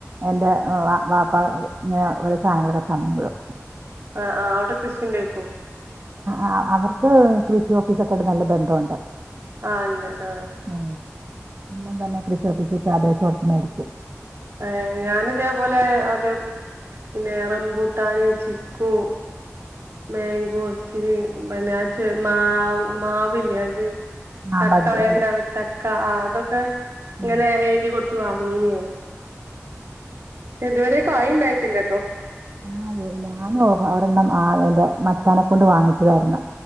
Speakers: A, on the right; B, on the right.
A: എന്റെ അപ്പങ്ങന ഒരു സാധനംങ്ങള തന്ന വിടും
B: ആ ആ് അവിടെ കൃഷിന്റെേക്കോ
A: ആ അവർക്ക് കൃഷി ഓഫീസൊക്കെട്ട് നല്ല ബന്ധമുണ്ട്
B: ആ ഉണ്ട് ആഹ
A: ഉം. എല്ലാം തന്നെ കൃഷി ഒത്തിിച്ചിട്ട പ്രദേശം ഒട്ടു മേടിച്ചു
B: ഏ ഞൻ ഇതേപോലെ അത പിന്നെ എറംപൂട്ടാൻ ചിക്കു ബേങ്കോസ്റ്റന് പിന്നെച്ച മാ മാവ ഇല്ലത്
A: ആഹ്
B: ചക്ക
A: ബഡ്
B: വേണ്ട ചക്ക ആ അതൊക്കെ
A: ആഹ്
B: ഇങ്ങനെ എഴുതി കൊടു വാങ്ങിയനെയാണ് ഇതുവരെക്കെ ആ ഉണ്ടായിട്ടില്ലട്ടോ
A: ആത ഞാനും ഓ അവരെന്ന ആ എൻറെ മച്ചാനെ കൊണ്ട് വാങ്ങിച്ചതായിുന്ന